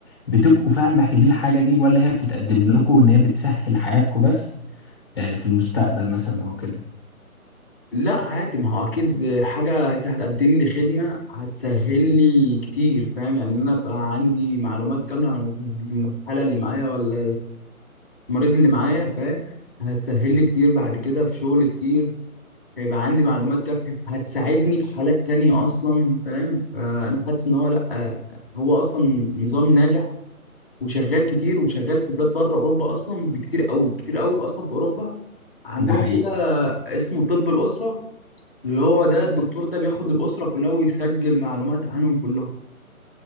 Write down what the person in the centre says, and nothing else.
لا عادي ما هو اكيد حاجه انت هتقدم لي خدمه هتسهل لي كتير فاهم يعني انا ابقى عندي معلومات كامله عن الحاله اللي معايا ولا المريض اللي معايا فاهم هتسهل لي كتير بعد كده في شغل كتير هيبقى عندي معلومات كافيه هتساعدني في حالات تانية اصلا فاهم فانا حاسس ان هو لا هو اصلا نظام ناجح وشغال كتير وشغال في بلاد بره اوروبا اصلا بكتير قوي كتير قوي اصلا في اوروبا عندهم
كده اسمه طب الاسره اللي هو ده الدكتور ده بياخد الأسرة كلها ويسجل معلومات عنهم كلهم